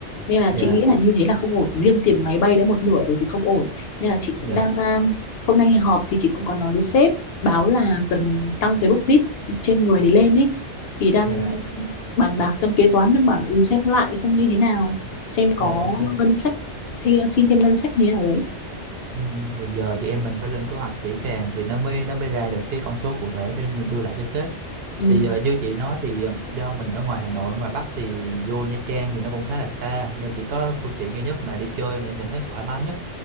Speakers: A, on the left; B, on the right.
A: nên là
B: Dạ,
A: chị nghĩ là như thế là không ổn riêng tiền máy bay đã một nửa rồi thì không ổn nên là chị
B: dạ,
A: cũng đang um, hôm nay họp thì chị cũng có nói với sếp báo là cần tăng cái bốc dít trên người để lên ấy thì đang
B: dạ,
A: bàn bạc trong kế toán đang bảo là, ừ xem lại xem như thế nào xem có
B: dạ ok.
A: ngân sách thì xin thêm ngân sách như thế nào đấy
B: Ừ, thì giờ chị em mình phải lên kế hoạch kỹ càng thì nó mới nó mới ra được cái con số cụ thể để đưa lại cho sếp
A: ừ,
B: thì ờ, như chị nói thì ờ, do mình ở ngoài Hà Nội ngoài Bắc thì vô Nha Trang thì nó cũng khá là xa nên chỉ có phương tiện duy nhất mà đi chơi mà em cảm thấy thoải mái nhất